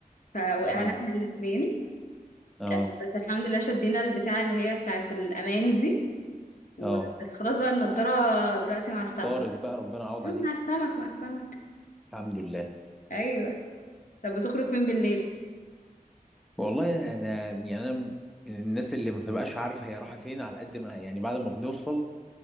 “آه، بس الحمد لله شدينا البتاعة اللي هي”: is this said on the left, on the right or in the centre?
Left